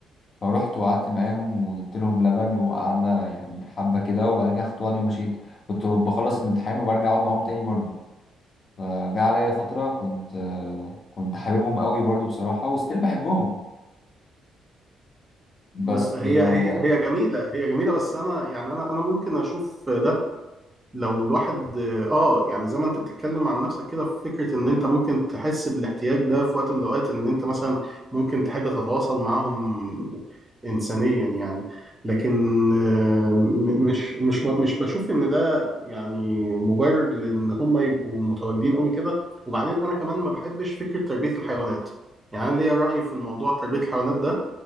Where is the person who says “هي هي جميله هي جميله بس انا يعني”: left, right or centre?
Right